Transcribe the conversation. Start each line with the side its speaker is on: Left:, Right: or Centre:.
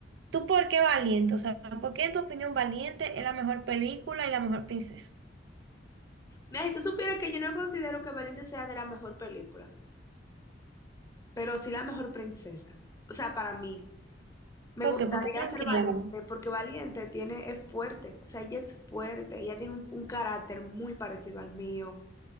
Right: ¿Tú por qué valiente? O sea, ¿por qué en tu opinión valiente es la mejor película y la mejor princesa?
Left: Mira, si tú supieras que yo no considero que Valiente sea de la mejor película, pero sí la mejor princesa. O sea, para mí, me
Right: ¿Por
Left: gustaría
Right: qué? Porque mal
Left: ser
Right: criada.
Left: Valiente porque Valiente tiene, es fuerte, o sea, ella es fuerte, ella tiene un, un carácter muy parecido al mío.